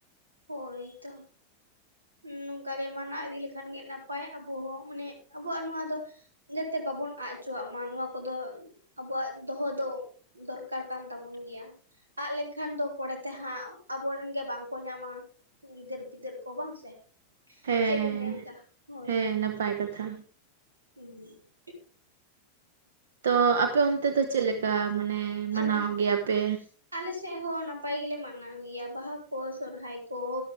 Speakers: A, on the right; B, on the right.
A: ᱦᱳᱭ ᱛᱚ ᱱᱚᱝᱠᱟᱜᱮ ᱢᱟᱱᱟᱣ ᱤᱫᱤ ᱞᱮᱠᱷᱟᱱᱜᱮ ᱱᱟᱯᱟᱭ ᱟᱵᱚᱦᱚ ᱢᱟᱱᱮ ᱟᱵᱚᱣᱟᱜ ᱱᱚᱣᱟ ᱫᱚ ᱡᱟᱛᱮ ᱵᱟᱵᱚᱱ ᱟᱜ ᱦᱚᱪᱚᱣᱟᱜ ᱢᱟ ᱱᱚᱣᱟ ᱠᱚᱫᱚ ᱟᱵᱚᱣᱟᱜ ᱫᱚᱦᱚ ᱫᱚ ᱫᱚᱨᱠᱟᱨ ᱠᱟᱱ ᱛᱟᱵᱚᱱ ᱜᱮᱭᱟ᱾ ᱟᱜ ᱞᱮᱱᱠᱷᱟᱱ ᱫᱚ ᱯᱚᱨᱮᱛᱮ ᱦᱟᱸᱜ, ᱟᱵᱚᱨᱮᱱ ᱜᱮ ᱵᱟᱝᱠᱚ ᱧᱟᱢᱟ, ᱜᱤᱫᱟᱹᱨ ᱯᱤᱫᱟᱹᱨ ᱠᱚ ᱵᱟᱝ ᱥᱮ?
B: ᱦᱮᱸ
A: ᱪᱮᱫ ᱵᱤᱱ ᱢᱮᱱᱫᱟ ᱦᱳᱭ᱾
B: ᱦᱮᱸ ᱱᱟᱯᱟᱭ ᱠᱟᱛᱷᱟ᱾
A: ᱦᱮᱸᱻ᱾
B: ᱛᱚ ᱟᱯᱮ ᱚᱱᱛᱮ ᱫᱚ ᱪᱮᱜᱮᱠᱟ ᱢᱟᱱᱮ? ᱢᱟᱱᱟᱣ
A: ᱟᱨ <unintelligible>
B: ᱜᱮᱭᱟᱯᱮ
A: ᱟᱞ ᱥᱮᱜ ᱦᱚᱸ ᱱᱟᱯᱟᱭ ᱜᱮᱞᱮ ᱢᱟᱱᱟᱣ ᱜᱮᱭᱟ ᱵᱟᱦᱟ ᱠᱚ, ᱥᱚᱨᱦᱟᱭ ᱠᱚ᱾